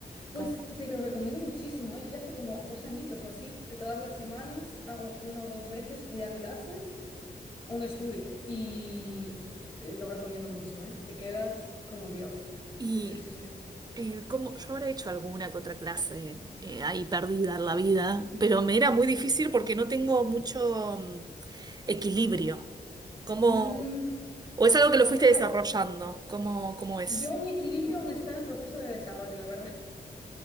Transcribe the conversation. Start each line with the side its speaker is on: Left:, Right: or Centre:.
Left: pues
Right: Como-
Left: te lo recomiendo muchísimo, ¿eh? Yo ya hace como dos añitos o así, que todas las semanas hago una o dos veces, voy a clases un estudio y pff, eh, lo recomiendo mucho, ¿eh? Te quedas como Dios.
Right: y
Left: Sí, sí, sí, sí.
Right: Eh, como yo habré hecho alguna que otra clase eh, ahí perdida en la vida, pero me era muy difícil porque no tengo mucho mm, equilibrio. ¿Cómo,
Left: Mm,
Right: o es algo que lo fuiste
Left: claro,
Right: desarrollando? ¿Cómo, cómo es?
Left: yo mi equilibrio aún está en proceso de desarrollo, la verdad. <laughs>